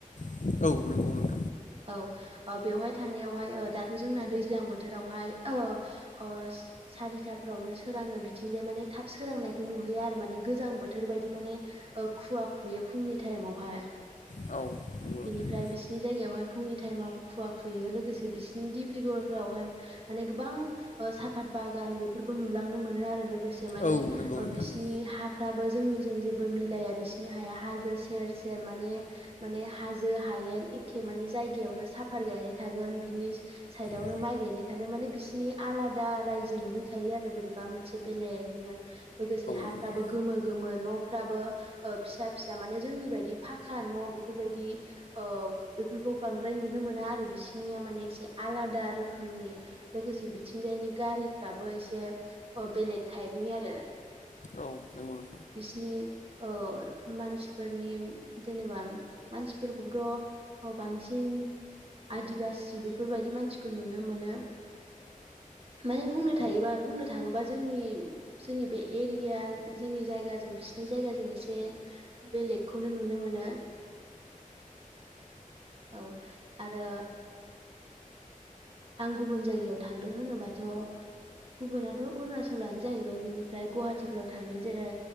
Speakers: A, on the left; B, on the right.
A: औ नोंगौ नोंगौ
B: औ ओ बेवहाय थांनायावहाय ओ दाथ' जोंना दैज्लां बोथोरावहाय ओ ओ सारिथाफोरावनो सोराङो बिथिंजाय माने थाब सोरां नायखौ नुहैयो आरो माने गोजां बोथोर बायदि माने ओ खुवा खुयो फुंनि टाइमावहाय।
A: औ नोंथां
B: ओमफ्राय बिसिोरनि जायगायावहाय फुंनि टाइमाव खुवा खुयो लोगोसे बिसोरनि दि दिब्रुगर आवहाय माने गोबां साफात बागान बेफोरखौ नुलांनो मोनो आरो लोगो से माने
A: औ नंगौ नोंथां
B: बिसनि हा फ्राबो जोंनिजों जेबो मिलाया बिसिनि हाया हाजो सेर सेर माने माने हाजो हा हायेन एखे माने जायगायावनो साफात गायनाय थागोन बिनि साइद आवनो
A: साइडआवनो थाबाय माने
B: माइ गायनाय थागोन माने बिसिनि आलादा रायजो नुहैखायो आरो बोरैब बा मोनसे बेलेगनो लोगोसे हाफ्राबो
A: नुखायो आरो
B: गोमो गोमो न'फ्राबो ओ फिसा फिसा माने जोंनि बायदि फाखा न' बेफोरबायदि ओ बेफोरखौ बांद्राय नुनो मोना आरो बिसिनिया माने एसे आलादा रोखोमनि लोगोसे बिथिंजायनि गारिफ्राबो एसे बेलेग टाइप नि आरो
A: औ नंगौ नोंथां
B: बिसिनि ओ मानसिफोरनि जेनेबा मानसिफोरखौबोथ' अ बांसिन आदिबासि बेफोरबायदि मानसिखौ नुनो मोनो। माने बुंनो थायोबा बुंनो थाङोबा जोंनि जोंनि बे एरिया जोंनि जायग जों बिसिनि जायगाजों एसे बेलेगखौनो नुनो मोनो। औ आरो आं गुबुन जायगायाव थांदों होनोबाथ' गुबुनाथ' अरुणाचलानो जाहैबाय बेनिफ्राय गुवाहाटिफोराव थांदों जेरै